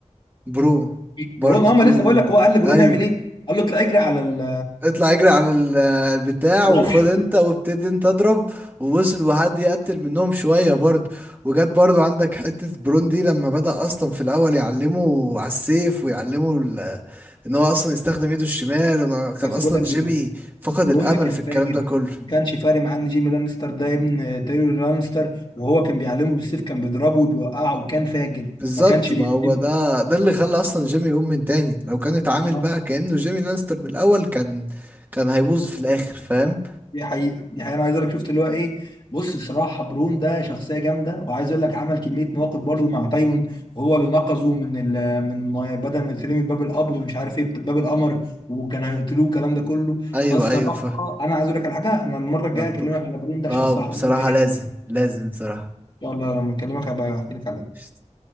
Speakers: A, on the right (about 15°); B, on the left (about 40°).
A: برون برضو
B: برون اه
A: دوره
B: ما لسه بقول لك هو قال لبرون
A: ايوه
B: اعمل ايه؟ قال له اطلع اجري على ال-
A: اطلع اجري على ال- البتاع
B: الرمح
A: وخد انت وابتدي انت اضرب ووصل وحد يقتل منهم شوية برضو وجت برضو عندك حتة برون دي لما بدأ اصلا في الاول يعلمه على السيف ويعلمه ال- ان هو اصلا يستخدم ايده الشمال انا كان
B: بس
A: اصلا
B: بقول لك
A: جيمي
B: ايه
A: فقد
B: بروندا
A: الامل
B: كان
A: في الكلام
B: فاجر
A: ده كله
B: ما كانش فارق معاه ان جيمي لانستر ده ابن تيري لانستر وهو كان بيعلمه بالسيف كان بيضربه وبيوقعه وكان فاجر
A: بالظبط
B: ما كانش
A: ما
B: بيهتمه
A: هو ده ده اللي خلى اصلا جيمي يقوم من تاني لو كان اتعامل
B: اه
A: بقى كأنه جيمي لانستر من الاول كان كان هيبوظ في الاخر فاهم
B: دي حقيقة دي حقيقة انا عايز اقول لك شفت اللي هو ايه بص الصراحة برون ده شخصية جامدة وعايز اقول لك عمل كمية مواقف برضه مع تايوان وهو اللي نقذه من ال من ما- بدل ما يترمي باب القبر ومش عارف ايه باب القمر وكان هيقتلوه الكلام ده كله
A: ايوه
B: فالصراحة
A: ايوه فاهم
B: انا عايز اقول لك على حاجة انا المرة الجاية
A: نبر
B: اكلمك على برون ده
A: اه
B: عشان الصراحة
A: بصراحة
B: برون ده جامد
A: لازم لازم بصراحة
B: يلا لما اكلمك هبقى احكي لك عليه
A: إيش